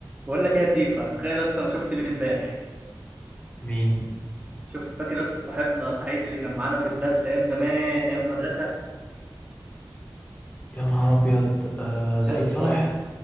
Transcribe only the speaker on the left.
مين
يا نهار ابيض آه سعيد
صالح